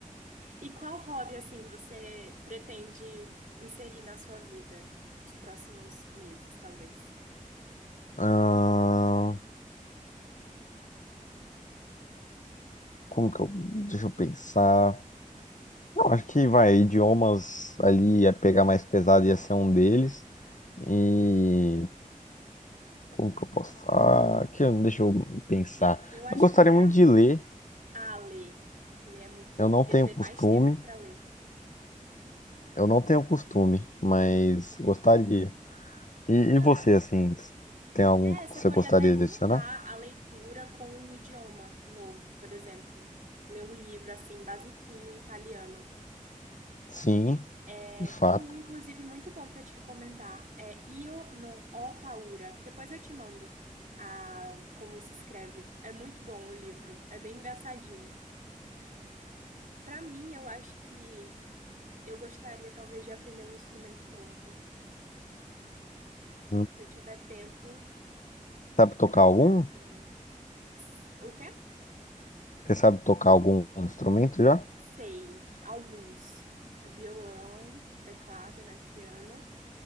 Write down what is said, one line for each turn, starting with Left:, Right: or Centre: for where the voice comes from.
Right: E qual hobby, assim, você pretende inserir na sua vida os próximos meses, talvez?
Left: Ah, como que eu, deixa eu pensar. Eu Acho que vai, idiomas ali ia pegar mais pesado, ia ser um deles. E
Right: Hum,
Left: como que eu posso? Ah, que, deixa eu pensar.
Right: eu acho
Left: Eu gostaria
Right: que pra
Left: muito
Right: mim,
Left: de ler,
Right: ah, ler. Ler é muito bom.
Left: eu não
Right: Eu queria
Left: tenho
Right: ter
Left: costume,
Right: mais tempo pra ler.
Left: eu não tenho costume, mas gostaria. E, e
Right: Ah,
Left: você, assim, tem algum
Right: é,
Left: que
Right: você
Left: você
Right: pode
Left: gostaria
Right: até juntar
Left: de adicionar?
Right: a leitura com um idioma novo, por exemplo. Ler um livro assim, basiquinho em italiano.
Left: Sim,
Right: É,
Left: de fato.
Right: tem um, inclusive, muito bom para te recomendar. É Io non ho paura. Depois eu te mando a como se escreve. É muito bom o livro. É bem engraçadinho. Para mim, eu acho que eu gostaria talvez de aprender um instrumento novo.
Left: Hum,
Right: Se eu tiver tempo,
Left: Sabe
Right: seria
Left: tocar
Right: bacana
Left: algum?
Right: também. S- O quê?
Left: Você sabe tocar algum instrumento já?
Right: Sei, alguns. Violão, teclado, né? Piano.